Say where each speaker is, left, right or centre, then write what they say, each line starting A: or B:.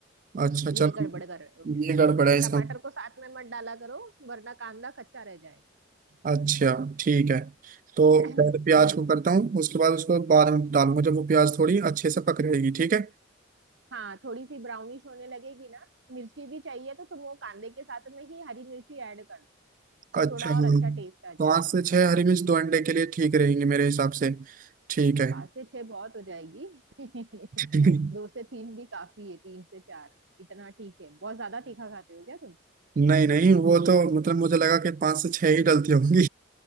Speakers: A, on the right (about 40°); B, on the right (about 65°).
A: अच्छा
B: ये
A: चलो
B: गड़बड़ कर रहे होगे तुम
A: ये गड़बड़ है इसका
B: टमाटर को साथ में मत डाला करो वरना कांदा कच्चा रह जाएगा
A: अच्छा ठीक है तो
B: <clears throat>
A: पहले प्याज
B: हम्म
A: को करता हूँ उसके बाद उसको बाद में डालूंगा जब वो प्याज थोड़ी अच्छे से पक जाएगी ठीक है
B: हाँ थोड़ी सी ब्राउनिश होने लगेगी ना मिर्ची भी चाहिए तो तुम वो कांदे के साथ में ही हरी मिर्ची ऐड कर दो
A: अच्छा
B: तो थोड़ा
A: हाँ
B: और अच्छा टेस्ट आ जाएगा
A: पाँच से छह हरी मिर्च दो अंडे के लिए ठीक रहेंगे मेरे हिसाब से ठीक है
B: पांच से छह बहुत हो जाएगी <laughs>
A: नहीं
B: दो से तीन भी काफी है तीन से चार इतना ठीक है बहुत ज्यादा तीखा खाते हो क्या तुम
A: नहीं वो तो मतलब मुझे लगा कि पांच से छह ही डलती होंगी